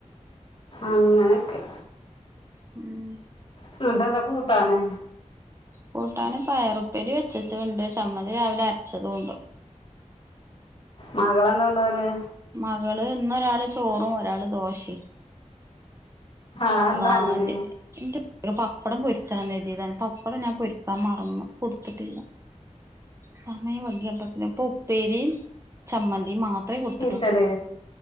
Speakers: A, on the left; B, on the right.
A: അങ്ങനെയൊക്കെ
B: ഉം
A: എന്നിട്ടെന്താ കൂട്ടാന്
B: കൂട്ടാന് പയറുപ്പേരി വെച്ചേച്ച ഉണ്ട് ചമ്മതി രാവിലെ അരച്ചതും ഉണ്ട്.
A: മകളെന്താ കൊണ്ടുവന്ന്
B: മകള് ഇന്നൊരാള് ചോറും ഒരാള് ദോശേം.
A: അതെന്താ
B: വാന്റെ
A: അങ്ങനെ
B: എന്റെ <unintelligible> പ്പടം പൊരിച്ചതെന്ന് കരുതിയതാണ് പപ്പടം നാൻ പൊരിക്കാൻ മറന്നു പൊരിത്തിട്ടില്ല സമയം വൈകിയപ്പത്തേന് ഇപ്പൊ ഉപ്പേരീം ചമ്മന്തി മാത്രെ കൊടു
A: ച്ചെല്